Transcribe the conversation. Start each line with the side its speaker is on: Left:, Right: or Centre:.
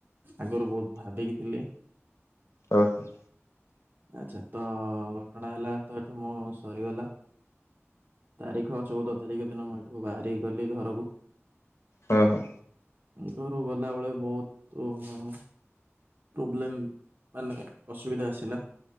Right: ଆଗରୁ ବହୁତ ଭାବିକି ଥିଲି।
Left: ଓହୋ।
Right: ଆଚ୍ଛା ତ ଘଟଣା ହେଲା ତ ଏଠୁ ମୁଁ ସରିଗଲା। ତାରିଖ ଚଉଦ ତାରିଖ ଦିନ ମୁଁ ଏଠୁ ବାହାରି ଗଲି ଘରକୁ।
Left: ହଁ ହଁ।
Right: ଘରୁ ଗଲାବେେଳେ ବହୁତ ପ୍ରୋବ୍ଲେମ ମାନେ ଅସୁବିଧା ଆସିଲା।